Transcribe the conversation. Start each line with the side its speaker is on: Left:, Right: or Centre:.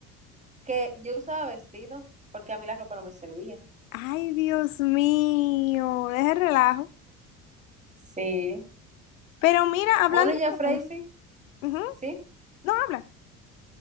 Right: Que yo usaba vestido porque a mí la ropa no me servía.
Left: Ay, Dios mío, deja el relajo.
Right: Sí.
Left: Pero mira, hablando...
Right: Bueno, ya, Freisy,
Left: de- Ujú,
Right: sí.
Left: No habla.